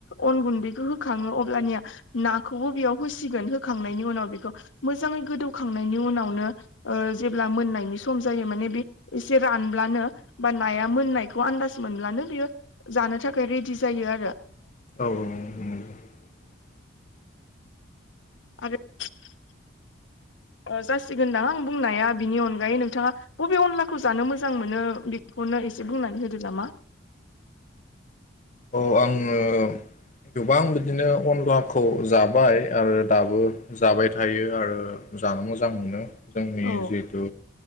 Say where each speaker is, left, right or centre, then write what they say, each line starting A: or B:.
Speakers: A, on the left (about 75°); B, on the left (about 40°).
A: अन गुन्दै खौ होखाङो अब्लानिया नाखौबो बेयाव होसिगोन होखांनायनि उनाव बेखौ मोजाङै गोदौखांनायनि उनावनो जेब्ला मोननायनि सम जायो माने बे एसे रानब्लानो बा नाया मोननायखौ आनदास मोनब्लानो बियो जानो थाखाय रेदि जायो आरो।
B: औ औ औ
A: आरो जासिगोनदां आं बुंनाया बिनि अनगायै नोंथाङा बबे अनलाखौ जानो मोजां मोनो बेखौनो एसे बुंनानै होदो नामा?
B: अ आङो गोबां बिदिनो अनलाखौ जाबाय आरो दाबो जाबाय थायो आरो जानो मोजां मोनो। जोंनि
A: औ
B: जिहेथु